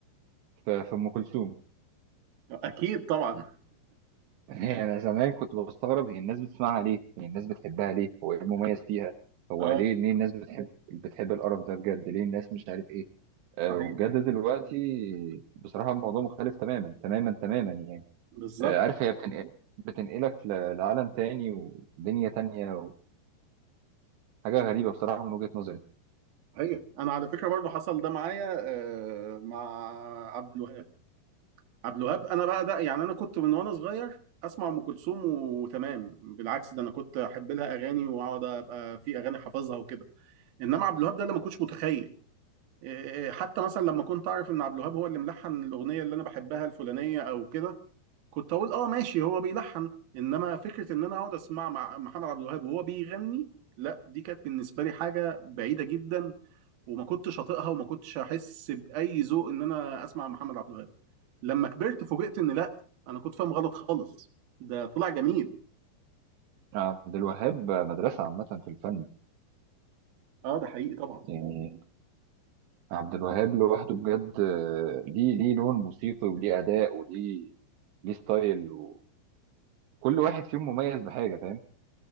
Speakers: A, on the right (about 80°); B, on the right (about 65°).
A: في في أم كلثوم
B: اكيد طبعا
A: <laughs> يعني أنا زمان كنت بستغرب هي الناس بتسمعها ليه؟ هي الناس بتحبها ليه؟ هو إيه المميز فيها؟
B: <laughs>
A: هو
B: اه
A: ليه ليه الناس بتحب بتحب القرف ده بجد؟ ليه الناس مش عارف إيه؟ آه
B: صحيح
A: وبجد دلوقتي بصراحة الموضوع مختلف تماما تماما تماما يعني
B: بالظبط
A: آه عارف هي بتنقل بتنقلك ل- لعالم تاني ودنيا تانية حاجة غريبة بصراحة من وجهة نظري
B: صحيح انا على فكره برضو حصل ده معايا آه، مع عبد الوهاب عبد الوهاب انا بقى ده يعني انا كنت من وانا صغير اسمع ام كلثوم وتمام بالعكس ده انا كنت احب لها اغاني واقعد ابقى في اغاني حافظها وكده انما عبد الوهاب ده اللي ما كنتش متخيل إيه، حتى مثلا لما كنت اعرف ان عبد الوهاب هو اللي ملحن الاغنيه اللي انا بحبها الفلانيه او كده كنت اقول اه ماشي هو بيلحن انما فكره ان انا اقعد اسمع مع محمد عبد الوهاب وهو بيغني لا دي كانت بالنسبه لي حاجه بعيده جدا وما كنتش اطيقها وما كنتش احس باي ذوق ان انا اسمع محمد عبد الوهاب لما كبرت فوجئت ان لا انا كنت فاهم غلط خالص ده طلع جميل
A: عبد الوهاب مدرسة عامة في الفن
B: اه ده حقيقي طبعا
A: يعني عبد الوهاب لوحده بجد آه، ليه ليه لون موسيقي وليه أداء وليه ليه ستايل وكل واحد فيهم مميز بحاجة فاهم